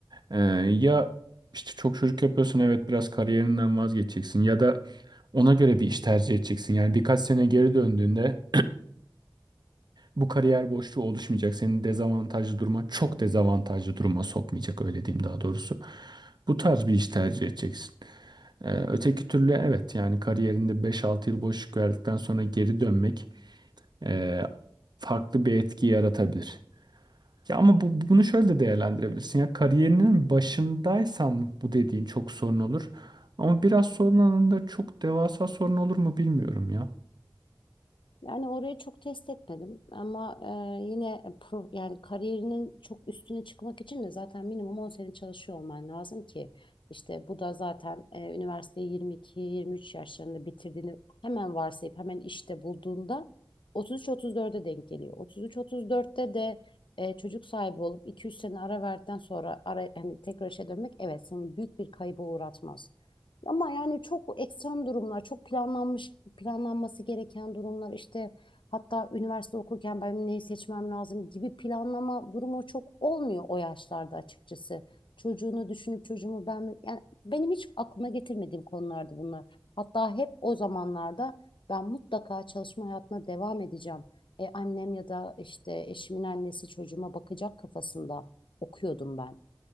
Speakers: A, on the right; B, on the left.
A: Ee, ya işte çok çocuk yapıyorsun evet biraz kariyerinden vazgeçeceksin. Ya da ona göre bir iş tercih edeceksin. Yani birkaç sene geri döndüğünde bu kariyer boşluğu oluşmayacak. Senin dezavantajlı duruma çok dezavantajlı duruma sokmayacak öyle diyeyim daha doğrusu. Bu tarz bir iş tercih edeceksin. Ee, öteki türlü evet yani kariyerinde beş altı yıl boşluk verdikten sonra geri dönmek e, farklı bir etki yaratabilir. Ya ama bu, bunu şöyle de değerlendirebilirsin. Ya kariyerinin başındaysan bu dediğin çok sorun olur. Ama biraz sonralarında çok devasa sorun olur mu bilmiyorum ya.
B: Yani orayı çok test etmedim ama e, yine e, pro, yani kariyerinin çok üstüne çıkmak için de zaten minimum 10 sene çalışıyor olman lazım ki işte bu da zaten e, üniversiteyi 22-23 yaşlarında bitirdiğini hemen varsayıp hemen işte bulduğunda 33-34'e denk geliyor. 33-34'te de e, çocuk sahibi olup iki üç sene ara verdikten sonra ara, hani tekrar işe dönmek evet seni büyük bir kayba uğratmaz. Ama yani çok ekstrem durumlar, çok planlanmış, planlanması gereken durumlar işte hatta üniversite okurken ben neyi seçmem lazım gibi planlama durumu çok olmuyor o yaşlarda açıkçası. Çocuğunu düşünüp çocuğumu ben mi- yani benim hiç aklıma getirmediğim konulardı bunlar. Hatta hep o zamanlarda ben mutlaka çalışma hayatına devam edeceğim. E, annem ya da işte eşimin annesi çocuğuma bakacak kafasında okuyordum ben.